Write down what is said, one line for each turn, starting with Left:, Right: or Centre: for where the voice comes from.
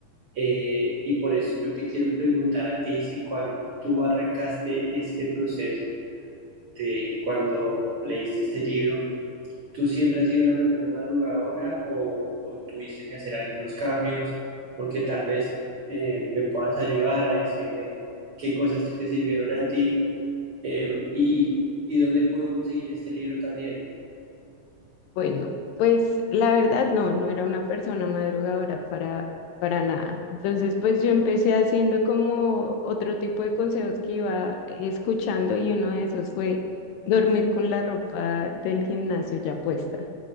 Right: eh, y por eso yo te quiero preguntar a ti si cuando tú arrancaste este proceso de cuando leíste este libro, ¿tú siempre has sido una persona madrugadora o, o tuviste que hacer algunos cambios? Porque tal vez eh, me puedas ayudar a decirme qué cosas te sirvieron a ti, eh, y, y dónde puedo conseguir este libro también.
Left: Bueno, pues la verdad no, no era una persona madrugadora para, para nada. Entonces, pues yo empecé haciendo como otro tipo de consejos que iba escuchando y uno de esos fue dormir con la ropa del gimnasio ya puesta.